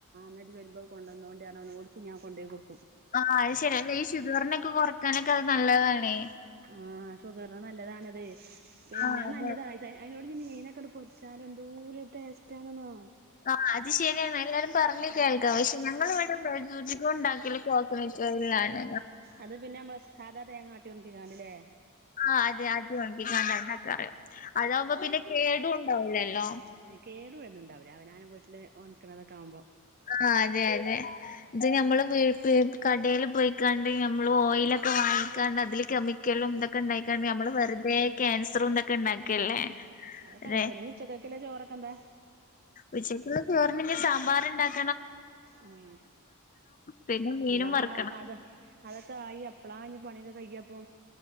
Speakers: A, on the right; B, on the left.
A: ന്ന ജ്ജ് വരുമ്പോ കൊണ്ടന്നോണ്ട്യാണ് പറഞ്ഞ് ഓൽക്കും ഞാ കൊണ്ടേയ്ക്കൊട്
B: ആ അത് ശരി. അല്ല ഈ ഷുഗറിനൊക്കെ കൊറക്കാനൊക്കെ അത് നല്ലതാണേ.
A: ആഹ് ഷുഗറിന് നല്ലതാണതേ പിന്നെ
B: ആഹ് അതെ.
A: നല്ലത അയ് അയില് മീനൊക്കെങ്ങട് പൊരിച്ചാലെന്തോരു ടേസ്റ്റ് ആണെന്നോ
B: ആഹ് അത് ശരിയാണ് എല്ലാരും പറെഞ് കേൾക്കാ പക്ഷെ ഞങ്ങളിവ്ടെ ണ്ടായിരുന്നുധികുണ്ടാക്കല് കോക്കനട്ട് ഓയിലിൽ ആണ്.
A: അത് പിന്ന മ്മള് സാദാ തേങ്ങാട്ടികൊണ്ട് ഇരുന്നാമതീല്ലേ?
B: ആ അതെ ആട്ടി ഒണക്കിക്കാണ്ട് <unintelligible> അതാവുമ്പോ പിന്നെ കേടും ഉണ്ടാവൂലല്ലോ
A: ഉം കേട് വെര്ണ്ണ്ണ്ടാവൂല അവനാന്റെ വീട്ട്ല് ഒണക്കണതക്കാകുമ്പോ
B: ആ അതെ അതെ ഇത് നമ്മള് വീട്ട് കടേൽ പോയ്ക്കാണ്ട് ഞമ്മള് ഓയിലൊക്കെ വാങ്ങിക്കാണ്ട് അതില് കെമിക്കലും ന്തൊക്കെണ്ടായിക്കാണ്ട് നമ്മൾ വെറുതെ ക്യാൻസറുണ്ടാ ണ്ടാക്കിയല്ലേ
A: ഉം അതൊക്കെ
B: അതെ
A: അങ്ങനെ തന്നെ ഇനി ഉച്ചക്കക്കില്ല ചോറൊക്കെ എന്താ
B: ഉച്ചക്ക് ചോറും പിന്നെ സാമ്പാർണ്ടാക്കി
A: ഉ
B: പിന്നെ മീനും
A: അല്ലാഹ്
B: വറുക്കണം
A: അത അതൊക്കെ ആയി എപ്പളാ ആ ഇഞ് പണിയൊക്കെ കയ്യപ്പൊ